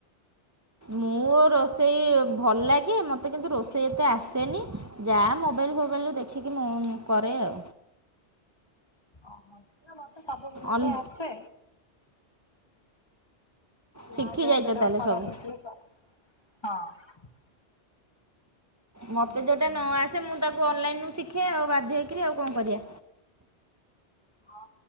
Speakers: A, on the right; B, on the left.
A: ମୁଁ ରୋଷେଇ। ଭଲ ଲାଗେ ମୋତେ କିନ୍ତୁ ରୋଷେଇ ଏତେ ଆସେନି ଯାହା ମୋବାଇଲ୍ ଫୋବାଇଲରୁ ଦେଖିକି ମୁଁ କରେ। ଅ।
B: ଓହୋ ନା ମତେ ସବୁ ରୁଷେଇ
A: ଅନ୍
B: ଆସେ।
A: ଶିଖି
B: ମା ଦେହ
A: ଯାଇଛ
B: କେତେବେଳେ
A: ତାହେଲେ
B: ଖରାପ
A: ସବୁ
B: ହେଇଥିବ କରେ ହଁ।
A: ମତେ ଯୋଉଟା ନ ଆସେ ମୁଁ ତାକୁ ଅନଲାଇନରୁ ଶିଖେ ଆଉ ବାଧ୍ୟ ହେଇକିରି ଆଉ କଣ କରିବା।
B: ହଁ